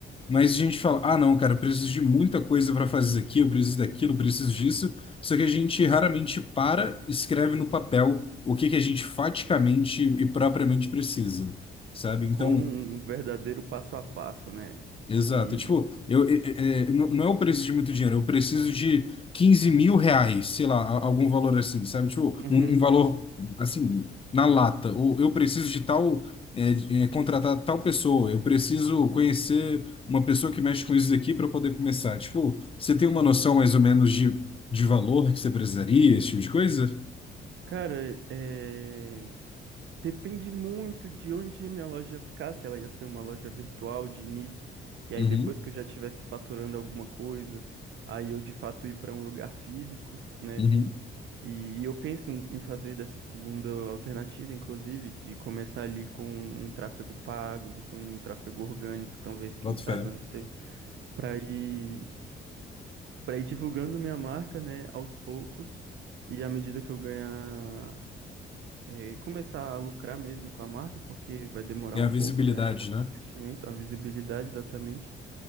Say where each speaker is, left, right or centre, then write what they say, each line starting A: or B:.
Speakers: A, on the left; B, on the right.
A: mas a gente fala, ah, não, cara, eu preciso de muita coisa para fazer isso aqui, eu preciso daquilo, eu preciso disso. Só que a gente raramente para, e escreve no papel o que que a gente faticamente e propriamente precisa, sabe? Então,
B: Com um verdadeiro passo a passo, né?
A: Exato.
B: Que.
A: Tipo, eu, é- é- é, não não é eu preciso de muito dinheiro, eu preciso de quinze mil reais, sei lá, a- algum valor assim, sabe? Tipo,
B: Uhum.
A: um, um valor assim, na lata. Ou eu preciso de tal, é, de- é, contratar tal pessoa, eu preciso conhecer uma pessoa que mexe com isso daqui para poder começar. Tipo, você tem uma noção mais ou menos de, de valor que você precisaria, esse tipo de coisa?
B: Cara, é, depende muito de onde a minha loja ficar, se ela ia ser uma loja virtual de início, e aí
A: Uhum,
B: depois que eu já estivesse faturando alguma coisa, aí eu de fato ir para um lugar físico, né?
A: uhum.
B: E, e eu penso em fazer dessa segunda alternativa, inclusive, de começar ali com um tráfego pago, então um tráfego orgânico, talvez, quem
A: Boto
B: saiba,
A: fé.
B: não sei, para ir, para ir divulgando minha marca, né, aos poucos, e à medida que eu ganhar, eh, começar a lucrar mesmo com a marca, porque vai demorar
A: E
B: um
A: a visibilidade,
B: pouco, né, é muito
A: né?
B: investimento, a visibilidade exatamente.